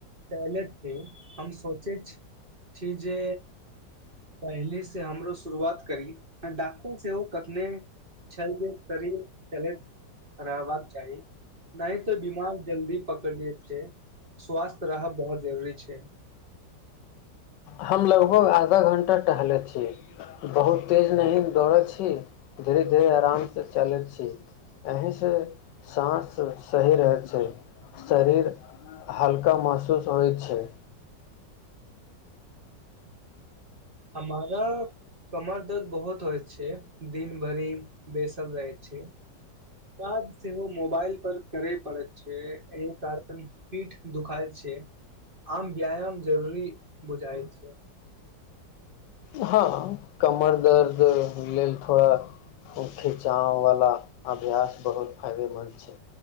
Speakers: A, on the right (about 30°); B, on the left (about 80°).
A: चले छी हम सोचैत छी जे पहिले से हमरो शुरुआत करी डॉक्टर सेहो कखने छल जे शरीर चलैत हबाक चाही नहि तो बीमार जल्दी पकड़लियै छै स्वास्थ रहब बहुत जरूरी छै
B: हम लगभग आधा घण्टा टहले छी बहुत तेज नी दौड़ैत छी धीरे धीरे आराम से चलैत छी एहिहींसँ साँस सही रहै छै शरीर हल्का महसूस होइ छै
A: हमारा कमर दर्द बहुत होइ छै दिन भरि बसल रहै छै काज सेहो मोबाइल पर करे पड़ैत छै एहि कारण पीठ दुखााय छै आम व्यायाम जरूरी बुझााय छै
B: हँ कमर दर्द लेल थोड़ा खिचाववला अभ्यास बहुत फायदेमन्द छै